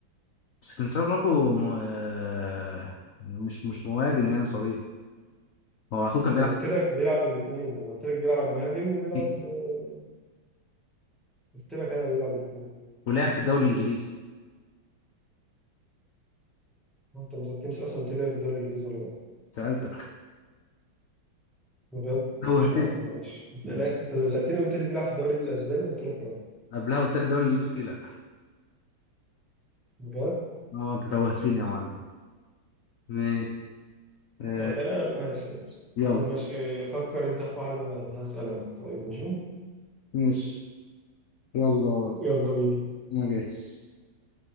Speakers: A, on the left (about 80°); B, in the centre.
A: بس كريستيانو رونالدو م... آه، مش مش مهاجم يعني صغير هو على طول كان
B: ما
A: بيلعب
B: انا قلت لك بيلعب الاثنين انا قلت لك بيلعب مهاجم وبيلعب
A: إنجليزي،
B: اه، قلت لك انا بيلعب الاثنين
A: ولعب في الدوري الانجليزي
B: انت ما سالتنيش اصلا قلت لي في الدوري الانجليزي ولا لا
A: سألتك
B: انا بجد
A: توهتني
B: مش عارف ماشي انت لا انت سالتني وقلت لي بيلعب في الدوري الاسباني قلت لك اه
A: قبلها قلت لك الدوري الانجليزي قلت لي لا
B: بجد
A: اه انت توهتني
B: ماشي خلاص
A: يا معلم
B: يا عم
A: ماشي آه،
B: اه تمام ماشي ماشي
A: يلا
B: يا عم ماشي فكر انت في واحد وانا هسال انا طيب ماشي
A: ماشي يلا
B: يلا بينا
A: انا جاهز